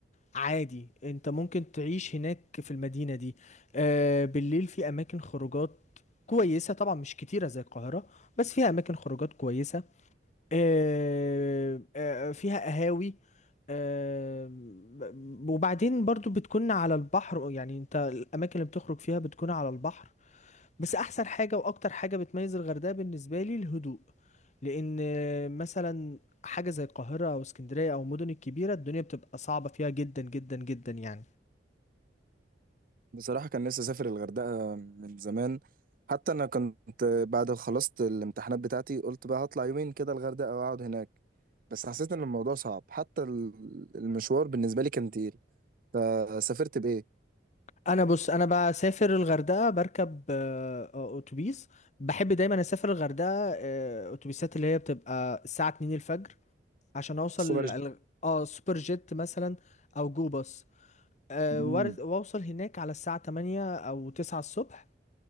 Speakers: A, on the left (about 40°); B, on the right (about 50°).
A: عادي انت ممكن تعيش هناك في المدينة دي آه بالليل في اماكن خروجات كويسة طبعا مش كتيرة زي القاهرة بس فيها اماكن خروجات كويسة آه آه آه، فيها قهاوي آه ب- وبعدين برضو بتكون على البحر يعني انت الاماكن اللي بتخرج فيها بتكون على البحر بس احسن حاجه واكتر حاجه بتميز الغردقه بالنسبه لي الهدوء لان مثلا حاجه زي القاهره او اسكندريه او المدن الكبيره الدنيا بتبقى صعبه فيها جدا جدا جدا يعني
B: بصراحه كان نفسي اسافر الغردقه من زمان حتى انا كنت بعد ما خلصت الامتحانات بتاعتي قلت بقى هطلع يومين كده الغردقه واقعد هناك بس حسيت ان الموضوع صعب حتى ال- المشوار بالنسبه لي كان تقيل فسافرت بايه
A: انا بص انا بسافر الغردقه بركب آه، آه، اتوبيس بحب دايما اسافر الغردقه آه، اتوبيسات اللي هي بتبقى الساعه 2 الفجر عشان اوصل
B: السوبر جيت
A: ال- اه سوبر جيت مثلا او جو باص آه،
B: مم.
A: وار- واوصل هناك على الساعه 8 او 9 الصبح